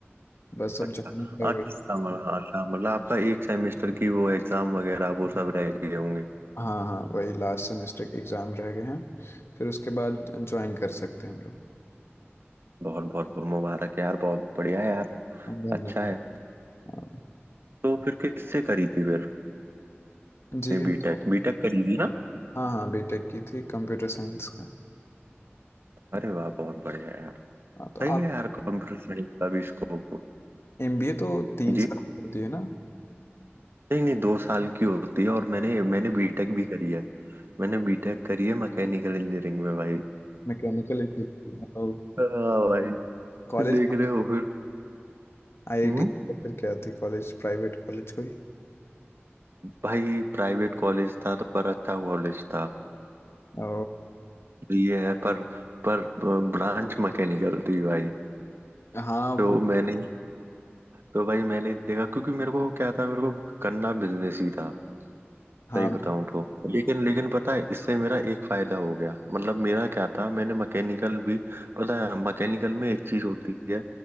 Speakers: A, on the left; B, on the right.
A: बस अब
B: अच्छा
A: ज्वाइनिंग
B: अच्छा
A: का
B: अच्छा
A: वेट
B: मतलब अच्छा, मतलब आपका एक सेमेस्टर की वो एग्जाम वगैरह वो सब रह गए होंगे
A: हाँ हाँ वही लास्ट सेमेस्टर के एग्ज़ाम रह गए हैं फिर उसके बाद ज्वाइन कर सकते हैं हम लोग
B: बहुत बहुत मुबारक यार बहुत बढ़िया यार
A: धन्यवाद
B: अच्छा है
A: हाँ।
B: तो फिर किससे करी थी फिर
A: जी हम
B: बीटेक
A: तो,
B: बीटेक करी थी ना
A: हाँ हाँ बीटेक की थी कंप्यूटर साइंस का
B: अरे वाह बहुत बढ़िया यार
A: हाँ तो
B: सही
A: आप
B: है यार कंप्यूटर साइंस का भी स्कोप
A: एमबीए तो तीन
B: जी
A: साल की होती है ना
B: नहीं नहीं दो साल की होती है और मैंने मैंने बीटेक भी करी है मैंने बीटेक करी है मैकेनिकल इंजीनियरिंग में भाई <laughs>
A: मैकेनिकल इंजीनियरिंग तो
B: हाँ भाई
A: कॉलेज
B: देख रहे हो फिर
A: आईआईटी
B: हम्म
A: या फिर क्या थी कॉलेज प्राइवेट कॉलेज कोई
B: भाई प्राइवेट कॉलेज था तो पर अच्छा कॉलेज था
A: ओ,
B: ये है पर पर ब्रांच मैकेनिकल थी भाई
A: हाँ
B: तो
A: वो
B: मैंने तो भाई मैंने देखा क्योंकि मेरे को क्या था मेरे को करना बिजनेस ही था
A: हाँ
B: सही बताऊं तो लेकिन लेकिन पता है इससे मेरा एक फायदा हो गया मतलब मेरा क्या था मैंने मैकेनिकल भी पता है मैकेनिकल में एक चीज होती है